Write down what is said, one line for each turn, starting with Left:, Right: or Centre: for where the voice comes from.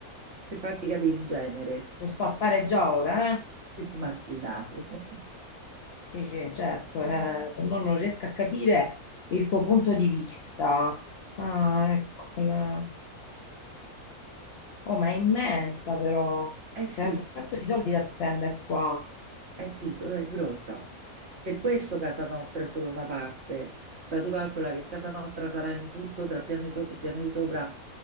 Right: per farti capire il genere.
Left: Lo sto a fare già ora, eh.
Right: Ci Immaginavo. <laughs>
Left: Sì, sì, certo, eh, se no non riesco a capire il tuo punto di vista. Ah, ecco, la- oh, ma è immensa però,
Right: Eh sì.
Left: c'è un sacco di soldi da spendere qua.
Right: Eh sì, so- è grossa. Per questo Casa Nostra è solo una parte. Cioè tu calcola che Casa Nostra sarà in tutto tra piano di sotto e piano di sopra